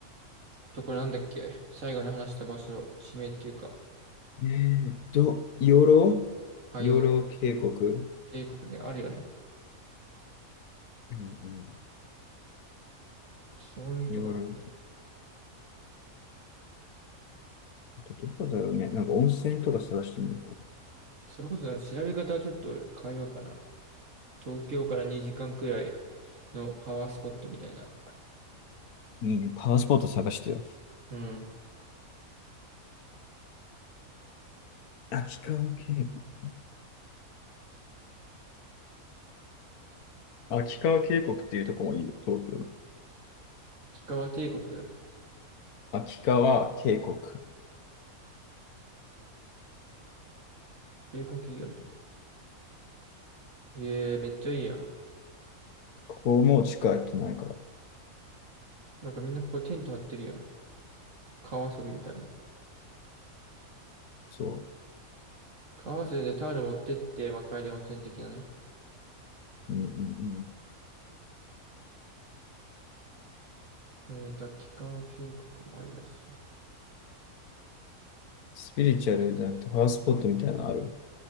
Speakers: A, on the right; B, on the left.
A: ところなんだっけ最後に話した場所、地名っていうか、
B: うんえーっと、養老
A: あ、
B: 養老渓谷
A: 洋帝国ね、あるよね。
B: うんうん
A: そういうところ。
B: 養老、どこだろうね。なんか温泉とか探してみるか。
A: それこそ、調べ方をちょっと俺変えようかな。東京から2時間くらいのパワースポットみたいな。
B: いいね。パワースポット探してよ。
A: うん。
B: 秋川渓谷。秋川渓谷っていうとこもいいよ、東京の。
A: 氷川帝国。
B: 秋川渓谷。こ
A: 帝国いいよね。ええめっちゃいいやん。
B: こも近いとないから。
A: なんかみんなここテント張ってるよ。川遊びみたいな。
B: そ
A: 川遊びでタオル持ってって、まあ、帰り温泉的なね。
B: う。うんうんうん。
A: えーと、秋川渓谷もありだし。
B: スピリチュアルじゃなくてパワースポットみたいなのある。